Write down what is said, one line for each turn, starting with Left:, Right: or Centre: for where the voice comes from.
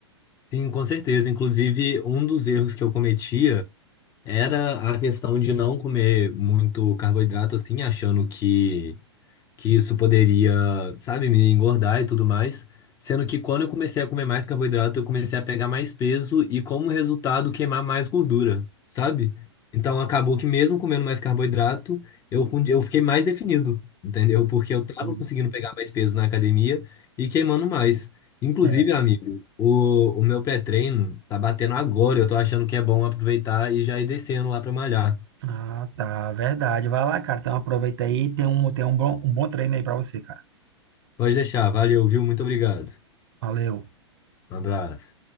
Left: Sim, com certeza. Inclusive, um dos erros que eu cometia era a questão de não comer muito carboidrato, assim, achando que que isso poderia, sabe, me engordar e tudo mais. Sendo que quando eu comecei a comer mais carboidrato, eu comecei a pegar mais peso e, como resultado, queimar mais gordura, sabe? Então acabou que mesmo comendo mais carboidrato, eu, con- eu fiquei mais definido, entendeu? Porque eu tava
Right: Sim.
Left: conseguindo pegar mais peso na academia e queimando mais. Inclusive,
Right: É.
Left: amigo, o, o meu pré-treino tá batendo agora. Eu tô achando que é bom aproveitar e já ir descendo lá pra malhar.
Right: Ah, tá, verdade. Vai lá, cara. Então aproveita aí, tem um, tem um bom, um bom treino aí pra você, cara.
Left: Pode deixar, valeu, viu? Muito obrigado.
Right: Valeu.
Left: Um abraço.